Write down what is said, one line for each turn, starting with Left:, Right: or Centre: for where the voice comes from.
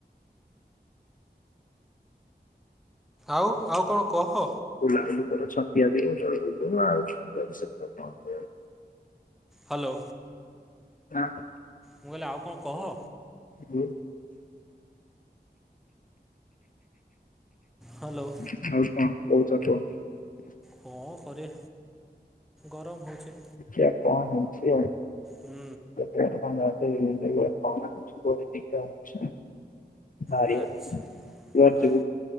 Centre: ଆଉ ଆଉ କଣ କହ।
Left: ବୁଲାବୁଲି କଲୁ ଛତିଆ ଦେଉ <unintelligible>
Centre: ହାଲୋ।
Left: <unintelligible>
Centre: ମୁଁ କହିଲି ଆଉ କଣ କହ?
Left: ଊ
Centre: ହ୍ୟାଲୋ।
Left: ଆଉ କଣ କହୁଚ କୁହ।
Centre: ମୋ ଘରେ ଗରମ ହେଉଚି।
Left: ଖିଆ କଣ ହେଉଚି ଆଉ।
Centre: ହୁ।
Left: <unintelligible> <unintelligible>
Centre: ଆଚ୍ଛା
Left: ଯାଇଥିବ
Centre: ଆ